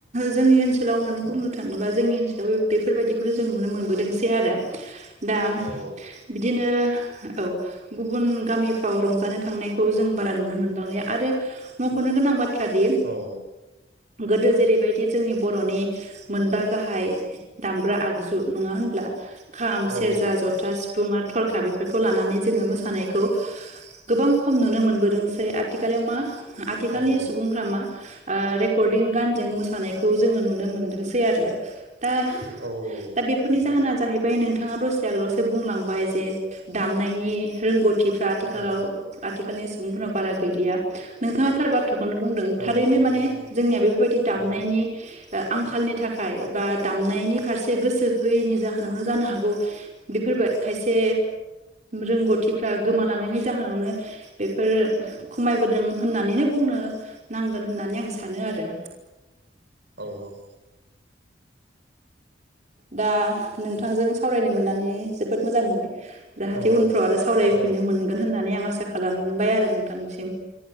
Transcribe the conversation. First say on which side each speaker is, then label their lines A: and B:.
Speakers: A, on the right; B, on the right.
A: जोंनि ओनसो सोलाव होननानै बुंनो
B: औ
A: थाङोबा जोंनि ओनसो दा बेफोरबायाददिखौनो जों नुनो मोनबोदोंसै आरो। दा
B: औ
A: बिदिनो औ गुबुन गामिफ्राव रंजानो थांनायखौ जों बारा नुनो मोनबांलि आरो मख'नो गोनां बाथ थ्रादि
B: औ
A: गोदो जेरैबायदि जोंनि बर'नि मोनबा गाहाय दामग्रा आगजु नङा होनब्ला? खाम,
B: औ
A: सेरजा, जथा, सिफुं आरो थरखा बेफोरखौ लानानै जोङो मोसानायखौ गोबां खम नुनो मोनबोदोंसै। आथिखालाव मा आथिखालनि
B: औ
A: सुबुंफ्रा मा ओ रेकर्डिं गानजों मोसानायखौ जोङो नुनो मोनदोंसै आरो। दा
B: औ
A: दा बेफोरनि
B: नंगौ
A: जाहोना जाहैबाय नोंथां थाङा दसे आगोलावसो बुंलांबाय जे दामनायनि रोंग' थिफ्रा आथिखालाव
B: औ
A: आथि खालनि सुबुंफोरा बारा गैलिया। नोंथाङा थार बाथ्रा खौनो बुंदों थारैनो
B: औ नंगौ
A: माने
B: नंगौ
A: जोंनिया बेफोरबायदि दामनायनि
B: औ
A: आंखालनि थाखाय बा दामनायनि फारसे गोसो होयैनि जाहोनावनो जानो हागौ। बेफोरबाय खायसे रोंगौथिफ्रा गोमालांनायनि जाहोनावनो बेफोरो खमायबोदों। होननानैनो बुंनो नांगोन होननानै आं सानो आरो।
B: औ औ
A: दा नोंथांजों सावरायनो मोननानै जोबोद मोजां मोनदों। जाहाथे
B: औ
A: उनफ्राव आरो सावरायफिननो
B: औ
A: मोनगोन होननानै आं आसा खालामबाय आरो नोंथांसिम।